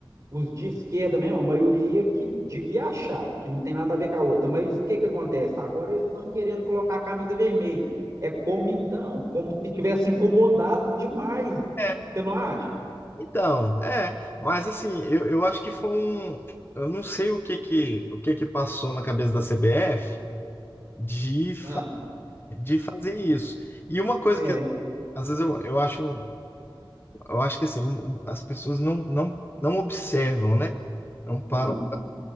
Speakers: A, on the right; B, on the left.
A: os de esquerda mesmo, a maioria que devia achar que não tem nada a ver com a outra. Mas o que, que acontece? Agora eles estão querendo colocar a camisa vermelha. É como então, como se tivesse incomodado demais.
B: é,
A: Você não acha?
B: Então, é, mas assim, eu, eu acho que foi um. Eu não sei o que que, o que que passou na cabeça da CBF de, fa-
A: Ah,
B: de fazer isso. E uma coisa
A: É.
B: que às vezes eu, eu acho. Eu acho que assim, as pessoas não, não, não observam, né? Não param
A: Ah,